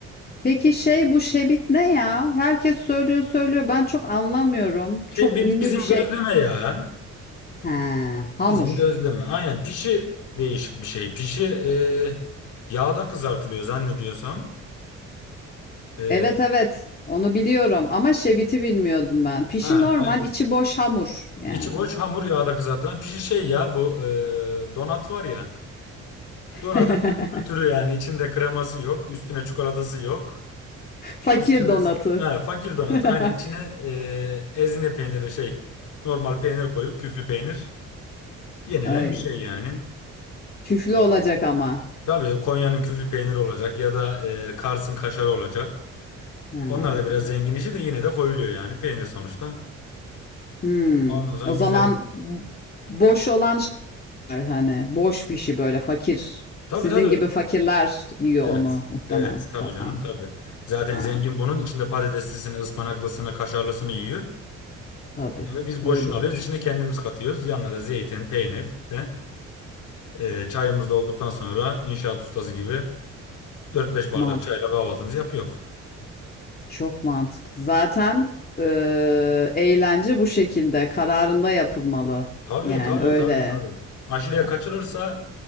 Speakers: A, on the left; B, on the left.
A: Peki şey bu şebit ne ya? Herkes söylüyor söylüyor. Ben çok anlamıyorum.
B: Şey
A: Çok
B: bi-
A: ünlü
B: bizim
A: bir şey.
B: gözleme ya.
A: He, hamur.
B: Bizim gözleme. Aynen pişi değişik bir şey. Pişi e, yağda kızartılıyor zannediyorsam. E,
A: Evet evet. Onu biliyorum ama şebiti bilmiyordum ben. Pişi
B: ha,
A: normal,
B: aynen.
A: içi boş hamur yani.
B: İçi boş hamur yağda kızartılan pişi şey ya bu e, donat var ya. Donatın
A: <laughs>
B: Türk kültürü yani içinde kreması yok, üstüne çikolatası yok.
A: Fakir
B: Üstümüz
A: donatı.
B: he, fakir donatı
A: <laughs>
B: aynen içine e, ezine peyniri şey normal peynir koyup küflü peynir yenilen
A: Ay,
B: bir şey yani.
A: küflü
B: Tamam.
A: olacak ama.
B: Tabii Konya'nın küflü peyniri olacak ya da e, Kars'ın kaşarı olacak.
A: Ha.
B: Onlar da biraz zengin işi de yine de koyuluyor yani peynir sonuçta.
A: Hmm.
B: Ondan sonra
A: O
B: güzel
A: zaman
B: bir...
A: boş olan şeyler hani boş pişi böyle fakir.
B: Tabii
A: Sizin
B: tabii
A: gibi fakirler yiyor
B: Evet.
A: onu muhtemelen.
B: Evet. Tabii
A: Tamam.
B: canım tabii. Zaten
A: Anladım.
B: zengin bunun içinde patateslisini, ıspanaklısını, kaşarlısını yiyor.
A: Tabii
B: Ve biz
A: öyle
B: boşunu alıyoruz.
A: olur.
B: içine kendimiz katıyoruz. Yanına da zeytin, peynir de e, çayımız da olduktan sonra inşaat ustası gibi dört beş bardak
A: Mantık,
B: çayla kahvaltımızı yapıyor.
A: çok mantıklı. Zaten eee, eğlence bu şekilde kararında yapılmalı.
B: Tabii
A: Yani
B: tabii
A: öyle.
B: tabii tabii. Aşırıya
A: Ha,
B: kaçılırsa